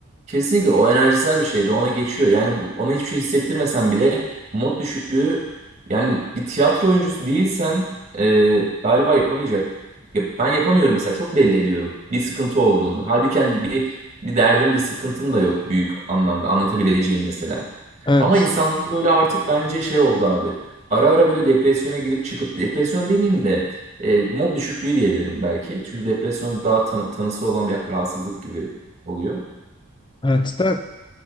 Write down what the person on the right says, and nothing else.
Kesinlikle o enerjisel bir şey ve ona geçiyor. Yani bu, ona hiçbir şey hissettirmesen bile mod düşüklüğü yani bir tiyatro oyuncusu değilsen e, galiba yapamayacak. Ya Ben yapamıyorum mesela çok belli ediyorum bir sıkıntı olduğunu. Halbuki yani bir bir derdim bir sıkıntım da yok büyük anlamda anlatabileceğim mesela.
Ama insan böyle artık bence şey oldu abi. Ara ara böyle depresyona girip çıkıp depresyon demeyeyim de e, mod düşüklüğü diyebilirim belki. Çünkü depresyon daha tanı- tanısı olan bir rahatsızlık gibi oluyor.